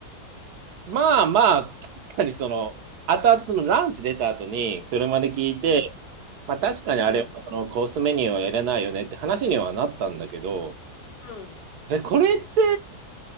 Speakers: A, on the right (about 75°); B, on the left (about 80°).
A: まあまあ、確かにその、後々そのランチ出た後に車で聞いて、
B: うん、
A: まあ確かにあれはそのコースメニューはやれないよねって話にはなったんだけど、
B: うん、うん。
A: え、これって